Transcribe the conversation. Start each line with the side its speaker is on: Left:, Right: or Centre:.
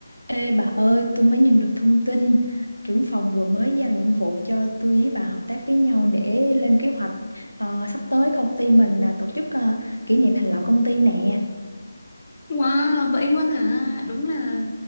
Right: Ê bà ơi, tôi mới nhận được thông tin trưởng phòng vừa mới giao nhiệm vụ cho tôi với bà hợp tác với nhau để lên kế hoạch ờ, sắp tới công ty mình là tổ chức ờ, kỷ niệm thành lập công ty nè.
Left: Wow, vậy luôn hả? Đúng là